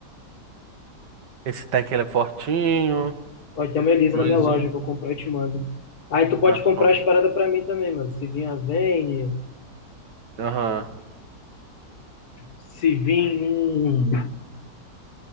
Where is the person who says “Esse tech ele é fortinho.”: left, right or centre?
Right